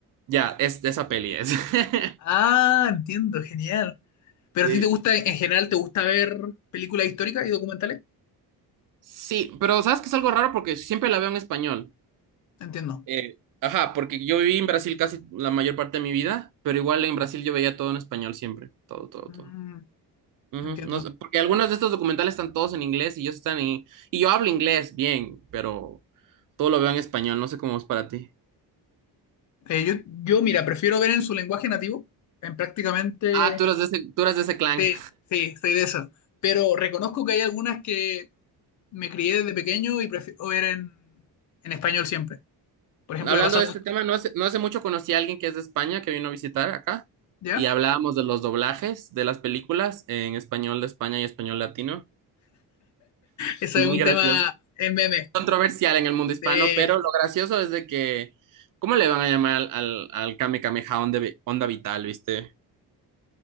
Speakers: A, on the right; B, on the left.
A: Ya, es de esa peli es. <laughs>
B: Ah, entiendo, genial. Pero
A: Sí.
B: a ti te gusta, en general, ¿te gusta ver películas históricas y documentales?
A: Sí, pero sabes que es algo raro porque siempre la veo en español.
B: Entiendo.
A: Eh, ajá, porque yo viví en Brasil casi la mayor parte de mi vida, pero igual en Brasil yo veía todo en español siempre, todo, todo,
B: Mm,
A: todo. Ujú,
B: entiendo.
A: No sé, porque algunos de estos documentales están todos en inglés y ellos están en... Y yo hablo inglés bien, pero todo lo veo en español, no sé cómo es para ti.
B: Eh, yo, yo, mira, prefiero ver en su lenguaje nativo, en prácticamente...
A: Ah, tú eres de ese, tú eres de ese clan.
B: Sí, sí, soy de esas. Pero reconozco que hay algunas que me crié desde pequeño y prefiero ver en, en español siempre. Por ejemplo,
A: Hablando
B: me pasa
A: de
B: mucho,
A: este tema, no hace, no hace mucho conocí a alguien que es de España, que vino a visitar acá,
B: ¿ya?
A: y hablábamos de los doblajes de las películas en español de España y español latino.
B: Eso
A: Es
B: es
A: muy
B: un
A: gracioso.
B: tema en meme.
A: Controversial en el mundo hispano,
B: de-
A: pero lo gracioso es de que, ¿cómo le van a llamar al, al, al Kame Kameha Onda, Vi- Onda Vital, viste?